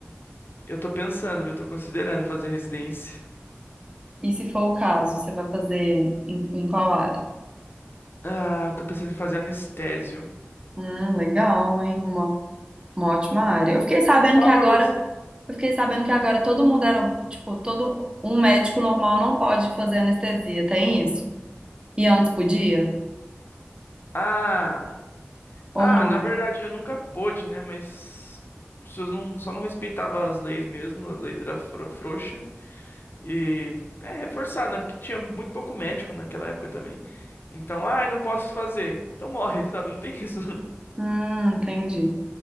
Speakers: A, on the left (about 55°); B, on the right (about 20°).
A: Eu tô pensando, viu? Tô considerando fazer residência.
B: E se for o caso, você vai fazer em, em qual área?
A: Ah, tô pensando em fazer anestésio.
B: Hum, legal, hein? Uma, uma ótima área. Eu fiquei sabendo
A: Falar
B: que agora.
A: pra você.
B: Eu fiquei sabendo que agora todo mundo era. Tipo, todo. Um médico normal não pode fazer anestesia, tem isso? E antes podia?
A: Ah. Ah,
B: Ou não?
A: na verdade eu nunca pude, né? Mas as pessoas não, só não respeitavam as leis mesmo, as leis eram fro- frouxa e é reforçado, né? Porque tinha muito pouco médico naquela época também. Então, ah, eu não posso fazer. Então morre, <laughs> sabe? Não tem isso. <laughs>
B: Hum, entendi.